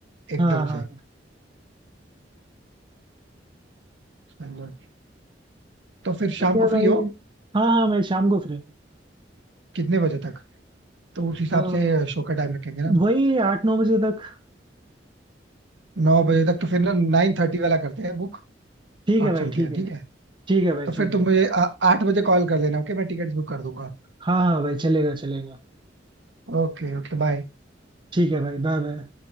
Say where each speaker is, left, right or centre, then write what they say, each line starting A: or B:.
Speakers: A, on the right; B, on the right.
A: एकदम
B: हाँ हाँ
A: से समझो। तो फिर शाम
B: ठीक है
A: को
B: भाई
A: फ्री हो
B: हाँ हाँ मैं शाम को फ्री हूँ
A: कितने बजे तक तो उस हिसाब
B: अ,
A: से शो का टाइम रखेंगे ना
B: वही आठ नौ बजे तक
A: नौ बजे तक तो फिर ना नाइन थर्टी वाला करते हैं बुक
B: ठीक
A: और
B: है
A: चलते
B: भाई ठीक
A: हैं
B: है
A: ठीक है
B: ठीक है भाई
A: तो फिर
B: ठीक
A: तुम
B: है
A: मुझे आ- आठ बजे कॉल कर लेना ओके मैं टिकट बुक कर दूंगा
B: हाँ हाँ भाई चलेगा चलेगा
A: Okay okay bye
B: ठीक है भाई बाय बाय